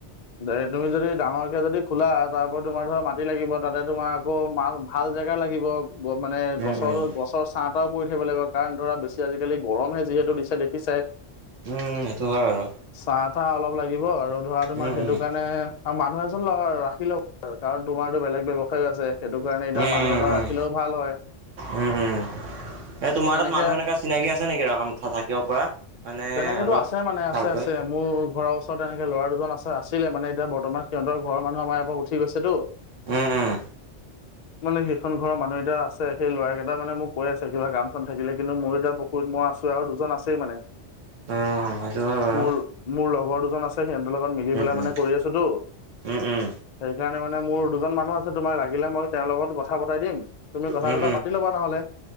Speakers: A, on the left; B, on the right.
A: দে তুমি যদি ডাঙৰকে যদি খোলা, তাৰপা তোমাৰ ধৰা মাটি লাগিব তাতে তোমাৰ আকৌ মাল ভাল জাগা লাগিব। ব মানে
B: উম,
A: গছৰ
B: উম, উম।
A: গছৰ চাহ-টাহও পৰি থাকিব লাগিব, কাৰণ ধৰা বেছি আজিকালি গৰমহে যিহেতু দিছে দেখিছাই।
B: উম, সেইটো হয় বাৰু।
A: চাহ-তাহ অলপ লাগিব আৰু ধৰা তোমাৰ
B: উম,
A: সেইটো
B: উম,
A: কাৰণে আৰু মানুহ এজন ৰাখি লবা, কাৰণ তোমাৰতো বেলেগ ব্যৱসায়ো আছে সেইটো কাৰণে এতিয়া
B: উম,
A: মানুহ এজন
B: উম,
A: ৰাখিলেও ভাল হয়।
B: উম, উম, এ তোমাৰ
A: তেনেকে
B: তাত মানুহ এনেকা চিনাকি আছে নেকি ৰ কাম থাকিব পৰা? মানে
A: তেনেকেতো
B: অলপ
A: আছে মানে আছে,
B: ভালকৈ
A: আছে। মোৰ ঘৰৰ ওচৰত এনেক ল'ৰা দুজন আছে, আছিলে মানে এতিয়া বৰ্তমান সিহঁতৰ ঘৰৰ মানুহ আমাৰ ইয়াৰ পৰা উঠি গৈছে টো।
B: উম, উম।
A: মানে সেইখন ঘৰৰ মানুহ এতিয়া আছে, সেই লৰা কেইটা মানে মোক কৈ আছে কিবা কাম-চাম থাকিলে কিন্তু মইও এতিয়া কত মই আছো আৰু দুজন আছেই মানে।
B: উম, সেইটো হয় বাৰু
A: মোৰ, মোৰ লগৰ দুজন আছে সিহঁতৰ লগত মিলি
B: উম,
A: পেলাই
B: উম,
A: মানে কৰি আছোতো।
B: উম, উম,
A: সেইকাৰণে মানে মোৰ দুজন মানুহ আছে তোমাক লাগিলে মই তেওঁৰ লগত কথা পতাই দিম। তুমি কথা-চথা
B: উম, উম,
A: পাতি ল'বা নহলে।